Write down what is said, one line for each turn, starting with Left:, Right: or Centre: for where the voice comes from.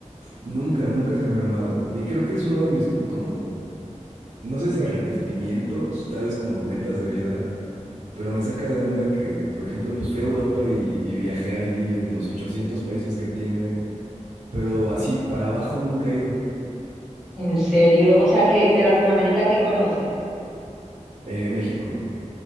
Right: nunca, nunca se me ha armado. Y creo que es uno de mis como, no sé si arrepentimientos, tal vez como metas de vida pero me saca de onda que, por ejemplo, pues fui a Europa y, y viajé ahí en los 800 países que tiene, pero así para abajo nunca he ido.
Centre: ¿En serio? O sea, que de Latinoamérica, ¿qué conoces?
Right: Eh, México,